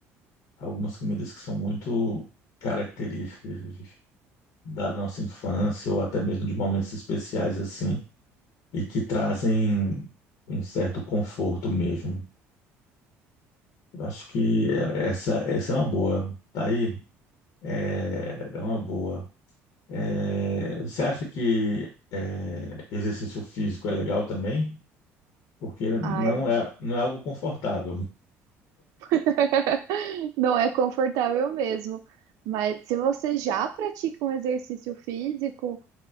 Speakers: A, on the left; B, on the right.
A: algumas comidas que são muito características da nossa infância ou até mesmo de momentos especiais assim, e que trazem um certo conforto mesmo. Eu Acho que essa, essa é uma boa. Tá aí? É, é uma boa. É, você acha que é, exercício físico é legal também? Porque não
B: Ai,
A: é, não é algo confortável.
B: <laughs> não é confortável mesmo. Mas se você já pratica um exercício físico,